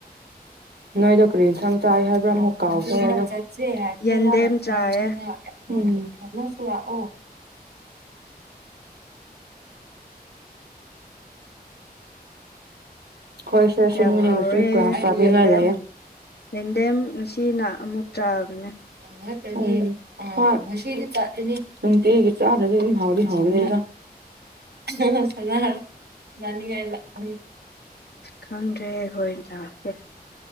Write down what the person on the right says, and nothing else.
ꯅꯣꯏꯗꯣ ꯀꯔꯤ ꯏꯟꯁꯥꯡ ꯆꯥꯏ ꯍꯥꯏꯕ꯭ꯔꯥ ꯑꯃꯨꯛ ꯀꯥꯎꯈ꯭ꯔꯦ ꯑꯩꯗꯣ ꯆꯦ ꯍꯥꯏꯕꯅꯤꯗꯥ
ꯆꯩꯔꯥꯎ
ꯆꯤꯡꯗ ꯎꯝ ꯅꯪꯁꯨ ꯂꯥꯛꯑꯣ ꯍꯣꯏꯁꯦ ꯑꯁꯦꯡꯕꯅꯦ
ꯉꯁꯤ ꯀ꯭ꯂꯥꯁ ꯆꯠꯅꯤꯡꯉꯥꯏ
ꯂꯩꯌꯦ
ꯅꯠꯇꯗꯤ ꯎꯝ ꯅꯨꯡꯇꯤꯒꯤ ꯆꯥꯗ꯭ꯔꯗꯤ ꯑꯗꯨꯝ ꯍꯥꯎꯗꯤ ꯍꯥꯎꯕꯅꯤꯗ <unintelligible>